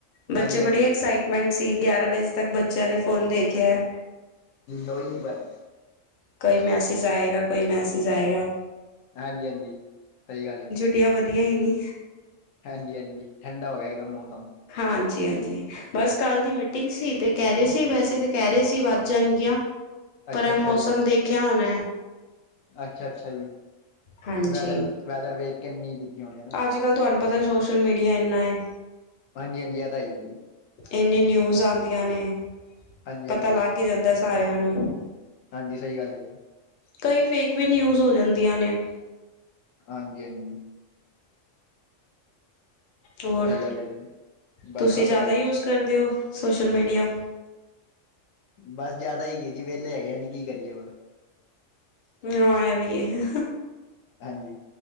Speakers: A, on the left; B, on the left.
A: ਬੱਚੇ
B: ਹਾਂਜੀ ਹਾਂਜੀ
A: ਬੜੀ ਐਕਸਾਈਟਮੈਂਟ ਸੀ ਗਿਆਰਾਂ ਵਜੇ ਤੱਕ ਬੱਚਿਆਂ ਨੇ ਫੋਨ ਦੇਖਿਆ ਹੈ
B: ਹੋ ਹੀ ਨੀ ਪਰਾਰੇ
A: ਕੋਈ ਮੈਸੇਜ ਆਏਗਾ ਕੋਈ ਮੈਸੇਜ ਆਏਗਾ
B: ਹਾਂਜੀ ਹਾਂਜੀ ਸਹੀ ਗੱਲ ਹੈ ਜੀ
A: <unintelligible> ਵਧੀਆ ਹੀ ਨੀ
B: ਹਾਂਜੀ ਹਾਂਜੀ ਠੰਡਾ ਹੋ ਗਿਆ ਇੱਕਦਮ ਮੌਸਮ
A: ਹਾਂਜੀ ਹਾਂਜੀ ਬਸ ਕੱਲ ਦੀ ਮੀਟਿੰਗ ਸੀ ਤੇ ਕਹਿ ਰਹੇ ਸੀ ਵੈਸੇ ਤਾਂ ਕਹਿ ਰਹੇ ਸੀ ਵੱਧ ਜਣਗੀਆਂ ਪਰ
B: ਅੱਛਾ ਅੱਛਾ
A: ਮੌਸਮ
B: ਜੀ
A: ਦੇਖਿਆ ਹੋੁਨ
B: ਅੱਛਾ ਅੱਛਾ ਜੀ ਤੇ
A: ਹਾਂਜੀ
B: ਵੈਦਰ ਵੈਦਰ ਵੇਖ ਕਿੰਨੀ ਦਿੱਤੀ ਹੋਣੀ ਹਨਾ
A: ਅੱਜ ਕੱਲ੍ਹ ਤੁਹਾਨੂੰ ਪਤਾ ਸੋਸ਼ਲ ਮੀਡੀਆ ਇੰਨਾ ਹੈ
B: ਹਾਂਜੀ ਹਾਂਜੀ ਆ ਤਾਂ ਆਈ ਹੈ ਜੀ
A: ਇੰਨੀੇ ਨਿਊਜ਼ ਆਉਂਦੀਆਂ ਨੇ
B: ਹਾਂਜੀ
A: ਪਤਾ
B: ਹਾਂਜੀ
A: ਲੱਗ ਜਾਂਦਾ ਸਾਰਿਆਂ ਨੂੰ
B: ਹਾਂਜੀ ਸਹੀ ਗੱਲ ਹੈ
A: ਕਈ ਫੇਕ ਵੀ ਨਿਊਜ਼ ਹੋ ਜਾਂਦੀਆਂ ਨੇ
B: ਹਾਂਜੀ ਹਾਂਜੀ
A: ਹੋਰ
B: ਸਹੀ ਗੱਲ ਹੈ ਜੀ ਬਸ
A: ਤੁਸੀਂ
B: ਸਭ
A: ਜ਼ਿਆਦਾ
B: ਵਧੀਆ
A: ਯੂਜ
B: ਜੀ
A: ਕਰਦੇ ਹੋ ਸੋਸ਼ਲ ਮੀਡੀਆ
B: ਬਸ ਜਿਆਦਾ ਹੀ ਕੀ ਜੀ ਵਿਹਲੇ ਹੈਗੇ ਆ ਜੀ ਕੀ ਕਰੀਏ ਪਰ
A: ਹਾ ਇਹ ਵੀ ਹੈ
B: ਹਾਂਜੀ